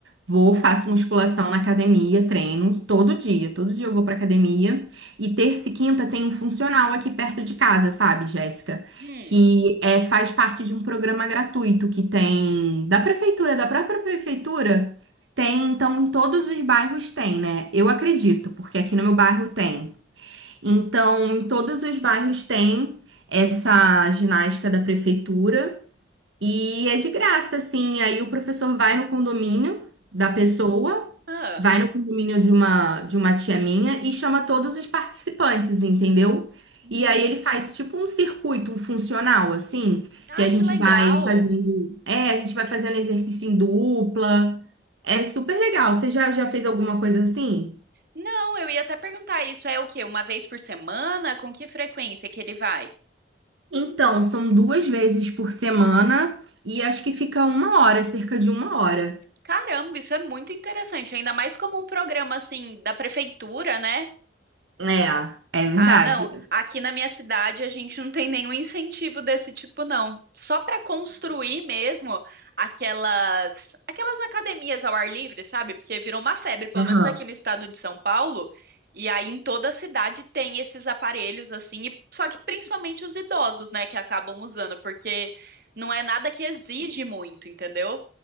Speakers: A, on the right; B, on the right.
A: vou, faço musculação na academia, treino todo dia. Todo dia eu vou pra academia. E terça e quinta tem um funcional aqui perto de casa, sabe, Jéssica?
B: Hum.
A: Que é, faz parte de um programa gratuito que tem da prefeitura, da própria prefeitura. Tem, então, em todos os bairros tem, né? Eu acredito, porque aqui no meu bairro tem. Então, em todos os bairros tem essa ginástica da prefeitura. E é de graça, assim. Aí o professor vai no condomínio da pessoa,
B: Ah.
A: vai no condomínio de uma, de uma tia minha e chama todos os participantes, entendeu?
B: Hum.
A: E aí ele faz tipo um circuito, um funcional, assim,
B: Ai,
A: que a gente
B: que legal.
A: vai fazendo. É, a gente vai fazendo exercício em dupla. É super legal. Você já, já fez alguma coisa assim?
B: Não, eu ia até perguntar isso é o quê? Uma vez por semana? Com que frequência que ele vai?
A: Então, são duas vezes por semana e acho que fica uma hora, cerca de uma hora.
B: Caramba, isso é muito interessante, ainda mais como um programa assim da prefeitura, né?
A: É, é verdade.
B: Ah, não. Aqui na minha cidade a gente não tem nenhum incentivo desse tipo, não. Só para construir mesmo aquelas aquelas academias ao ar livre, sabe? Porque virou uma febre, pelo
A: Caramba.
B: menos aqui no estado de São Paulo. E aí em toda a cidade tem esses aparelhos assim, e- só que principalmente os idosos, né, que acabam usando, porque não é nada que exige muito, entendeu?